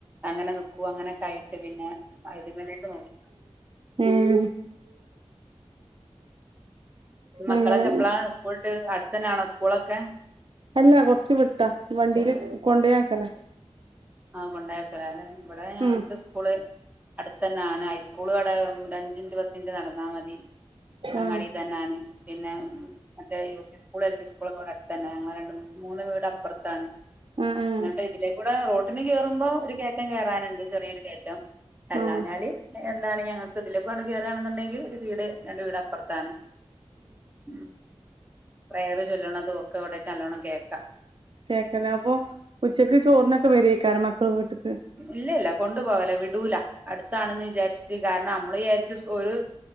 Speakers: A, on the right; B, on the right.
A: അങ്ങനെ നിക്കും അങ്ങനെക്കെ ആയിട്ട് പിന്നെ <unintelligible> നോക്കിയിട്ടോ
B: ഏഹ്
A: മക്കളെക്കെ
B: അങ്ങനെ
A: എപ്പളാണ് സ്കൂള്ട്ട് അടുത്തന്നാണോ സ്കൂളൊക്കെ
B: അല്ല കൊറച്ച് വിട്ടാ വണ്ടീല് കൊണ്ടേയാക്കലാ
A: ആഹ് കൊണ്ടേയാക്കല്ലാല്ലേ ഇവടെ ഞങ്ങള്ക്ക്
B: ഉം
A: സ്കൂള് അട്ത്തന്നാണ് ഹൈസ്ക്കൂള് ഇവടെ ഉം ഒരഞ്ച് മിനിറ്റ് പത്ത് മിനിറ്റ് നടന്നാ മതി അങ്ങാടി
B: ആഹ്
A: തന്നാണ് പിന്നെ ഉം മറ്റേ U P school L P സ്കൂളെക്കെ ഇവടെ അട്ത്തന്നെ ഞങ്ങളെ രണ്ട് മൂ മൂന്ന് വീട് അപ്പറ്ത്താണ്
B: ആഹ് ആഹ്
A: ഇന്നിട്ട് ഇതിലേക്കൂടെ റോട്ടിന് കേറുമ്പോ ഒരു കേറ്റം കേറാന്ണ്ട് ചെറിയൊരു കേറ്റം അല്ലാഞ്ഞാല്
B: ആഹ്
A: ഏഹ് എന്താണ് ഞങ്ങൾക്ക് ഇതിലേപ്പാട് കേറാണ്ന്നുണ്ടെങ്കി ഒരു വീട് രണ്ട് വീട് അപ്പറ്ത്താണ് ഉം പ്രയർ ചൊല്ലണതും ഒക്കെ ഇവടേക്ക് നല്ലോണം കേൾക്കാ
B: കേൾക്കാല്ലേ അപ്പൊ ഉച്ചക്ക് ചോറിനൊക്കെ വരേക്കാരം മക്കള് വീട്ട്ക്ക്
A: ഇല്ലല്ലാ കൊണ്ടു പോവലാ വിടൂല അട്ത്താണെന്ന് വിചാരിച്ചിട്ട് കാരണം അമ്മള് വിയാരിക്കും സ് ഒരു